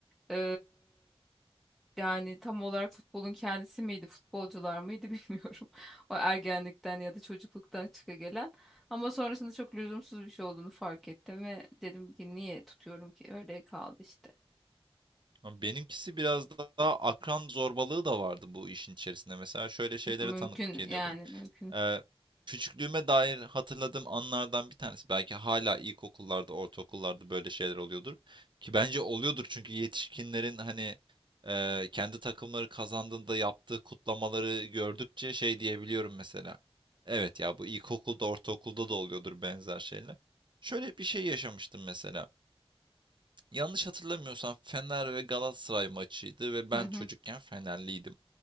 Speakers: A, in the centre; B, on the right.
A: e, yani tam olarak futbolun kendisi miydi futbolcular mıydı <laughs> bilmiyorum. O ergenlikten ya da çocukluktan çıka gelen ama sonrasında çok lüzumsuz bir şey olduğunu fark ettim ve dedim ki niye tutuyorum ki öyle kaldı işte.
B: Ama Benimkisi biraz daha akran zorbalığı da vardı bu işin içerisinde. Mesela şöyle şeylere
A: Mümkün
B: tanıklık ediyordum.
A: yani mümkün.
B: Ee, küçüklüğüme dair hatırladığım anlardan bir tanesi. Belki hala ilkokullarda, ortaokullarda böyle şeyler oluyordur. Ki bence oluyordur çünkü yetişkinlerin hani e, kendi takımları kazandığında yaptığı kutlamaları gördükçe şey diyebiliyorum mesela. Evet ya bu ilkokulda, ortaokulda da oluyordur benzer şeyler. Şöyle bir şey yaşamıştım mesela. Yanlış hatırlamıyorsam Fener ve Galatasaray maçıydı ve ben
A: Hı hı.
B: çocukken Fenerliydim.